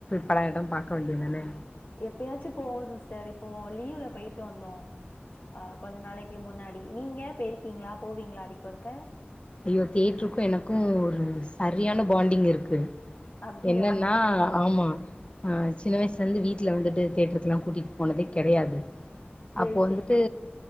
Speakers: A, on the left; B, on the left.
A: படகடம் பாக் க்க வேண்டியதானே
B: எப்பயாச்சு போவோ சிஸ் சரி இப்போ லீவ்ல போயிட் ட்டு வந்தோ ஆ கொஞ்ச நாளைக்கு முன்னாடி நீங்க பேய்ருக்கீங்களா போவீங்களா அடிக்கொருக்க
A: ஐயோ தேட்ருக்கு எனக்கு ஒரு சரியான பாண்டிங் இருக்கு
B: அப்டியா
A: என்னன்னா ஆமா ஆ சின்ன வயசுலந்து வீட்டுல வந்துட்டு தேட்ருக்கெல்லா கூட்டிட்டு போனதே கெடையாது
B: சேரி
A: அப்போ வந்துட்டு
B: சேரி